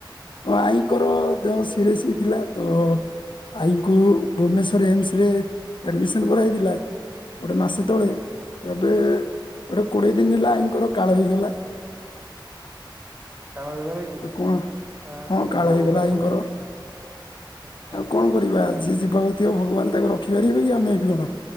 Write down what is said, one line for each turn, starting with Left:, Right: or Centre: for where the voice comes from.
Left: ଆଈଙ୍କର ଦେହ ସିରିଏସ ହେଇ ଥିଲା ତ? ଆଈଙ୍କୁ ଭୁବନେଶ୍ଵର ଏମସ ରେ ଆଡମିସନ କରା ହୋଇଥିଲା। ଗୋଟେ ମାସେ ତଳେ
Right: ଆଚ୍ଛା
Left: ଏବେ ଗୋଟେ କୋଡିଏ ଦିନ ହେଲା ଆଇଙ୍କର କାଳ ହେଇଗଲା। <inaudible>
Right: କାଳ ହେଇଗଲା କି?
Left: ତ କଣ
Right: ହଁ ଶୁଣିକି
Left: କାଳ
Right: ବହୁତ
Left: ହେଇଗଲା
Right: ଦୁଃଖ
Left: ଆଇଙ୍କର
Right: ଲାଗିଲା <inaudible> ଆଚ୍ଛା
Left: ଆଉ
Right: ଆଚ୍ଛା।
Left: କଣ କରିବା ଯିଏ ଯିବାକୁ ଥିବ ଭଗବାନ ତାକୁ ରଖିପାରିବେ କି ଆମେ? ବି କଣ